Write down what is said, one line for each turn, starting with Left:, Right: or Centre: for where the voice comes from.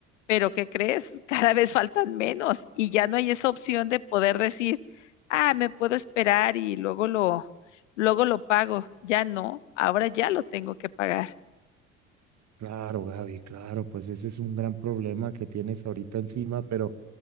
Left: pero ¿qué crees? <laughs> Cada vez faltan menos y ya no hay esa opción de poder decir, ah, me puedo esperar y luego lo, luego lo pago. Ya no, ahora ya lo tengo que pagar.
Right: Claro, Gaby, claro, pues ese es un gran problema que tienes ahorita encima, pero